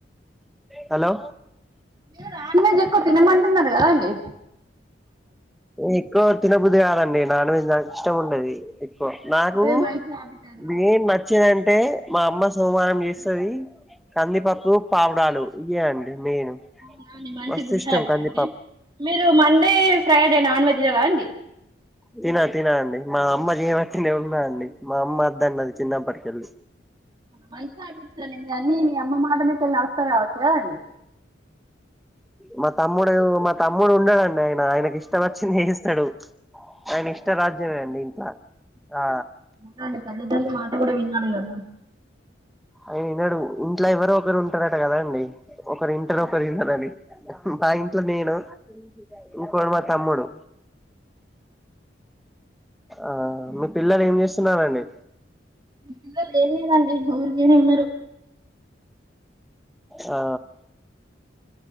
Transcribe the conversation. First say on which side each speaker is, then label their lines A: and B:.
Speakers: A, in the centre; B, on the right.
A: హలో
B: మీ నాన్ వెజ్ ఎక్కువ తినమంటున్నారు కదా అండి
A: ఎక్కువ తినబుద్ధి కాదండి నాన్ వెజ్ నాకు ఇష్టం ఉండది నాకు
B: అదే మంచి హ్యాబిట్ అండి
A: మెయిన్ నచ్ అంటే మా అమ్మ సోమవారం చేస్తది కందిపప్పు పావుడాలు ఇవే అండి మెయిన్
B: అవునవును మంచి
A: మస్తు
B: దని
A: ఇష్టం
B: హాబిట్
A: కందిపప్పు
B: అండి మీరు మండే ఫ్రైడ్ నాన్ వెజ్ కదా అండి
A: తిన తిన అండి మా అమ్మ జమ తనే ఉన్నా అండి మా అమ్మ అద్ద అన్నది చిన్నప్పటికెళ్ళి
B: మంచి హ్యాబిట్స్ అండి మీరు అన్ని మీ అమ్మ మాట మీకి వెళి నడుస్తారు కావచ్చు కద అండి
A: మా తమ్ముడు మా తమ్ముడు ఉన్నాడంండి ఆయన ఆయనకి ఇష్టపచ్చింది ఏస్తాడు ఆయన ఇష్ట రాజ్యమే అండి ఇంట్ల ఆ
B: <unintelligible> మాట కూడ వినాలికద
A: ఆయన వినడు ఇంట్లో ఎవరో ఒకరు ఉంటారట కదా అండి ఒకరు ఇంటరు ఒకరు వినరని మా ఇంట్లో నేను ఇకోడు మా తమ్ముడు ఆ మీ పిల్లలు ఏం చేస్తున్నారండి
B: మా పిల్లోలు ఏంచేయలే అండి ఊరిగేన్ ఉన్నారు
A: ఆ